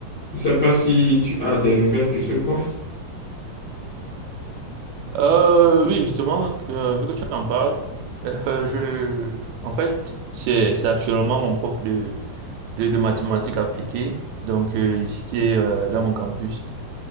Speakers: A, on the left; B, on the right.
A: Je ne sais pas si tu as des nouvelles de ce prof.
B: Euh, oui, justement, euh, vu que tu en parles, euh, <laughs> je le... en fait, c'est c'est actuellement mon prof de, de, de mathématiques appliquées, donc euh, ici euh, dans mon campus.